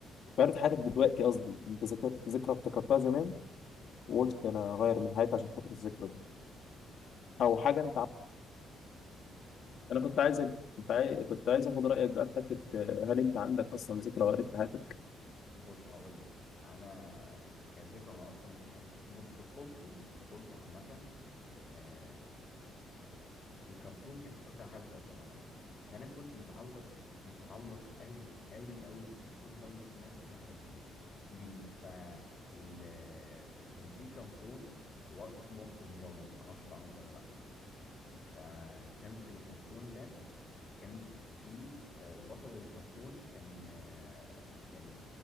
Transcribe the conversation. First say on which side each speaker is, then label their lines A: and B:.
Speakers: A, on the left; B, on the left.
A: غيرت حياتك دلوقتي قصدي انت ذكر ذكرى افتكرتها زمان وقلت
B: بص
A: انا اغير من حياتي عشان خاطر الذكرى دي او حاجه انت انا كنت عايزك كنت عايز كنت عايز اخد رايك بقى في حته آه، هل انت عندك اصلا ذكرى وارد في حياتك
B: بص هقول لك انا كذكرى اصلا في حياتي بص في طفولتي في طفولتي عامة آه، الكرتون كانت اكتر حاجه بتاثر عليا فانا كنت متعلق متعلق قوي قوي قوي بالكرتون لدرجه ان انا كنت بحلم فيه بيه ف ال- كان في كرتون و- اسمه وقت المغامره ما اعرفش تعرفه ولا لا فكان في الكرتون ده كان في آه، بطل الكرتون كان آه، كان